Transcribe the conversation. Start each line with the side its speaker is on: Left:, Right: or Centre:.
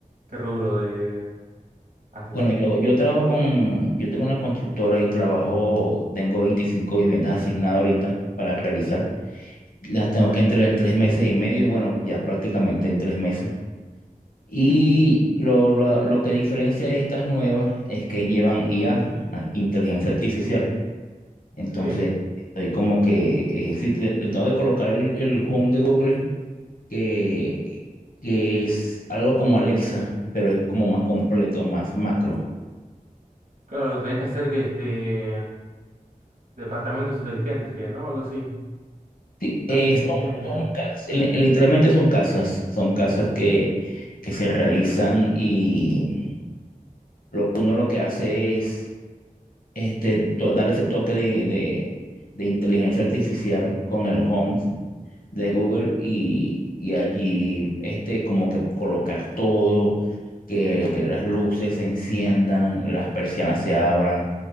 Right: ¿Qué rubro de de- haces?
Left: Bueno, yo, yo trabajo con, yo tengo una constructora y trabajo, tengo 25 viviendas asignadas ahorita para realizar. Las tengo que entregar en tres meses y medio, bueno, ya prácticamente en tres meses. Y lo, lo, lo que diferencia de estas nuevas es que llevan IA, a- a- inteligencia artificial. Entonces,
Right: ¿Sí?
Left: estoy como que, eh, sí, le- le tengo que colocar el, el Home de Google que, que es algo como Alexa, pero es como más completo, más macro.
Right: Claro, tenés que hacer que este departamentos inteligentes serían, ¿no? Algo así.
Left: Sí,
Right: Casa
Left: eh,
Right: inteligente.
Left: son, son casas, literalmente son casas, son casas que, que se realizan y lo, uno lo que hace es este, to- dar ese toque de, de- de inteligencia artificial con el Home de Google y, y allí este, como que colocar todo, que las luces se enciendan, las persianas se abran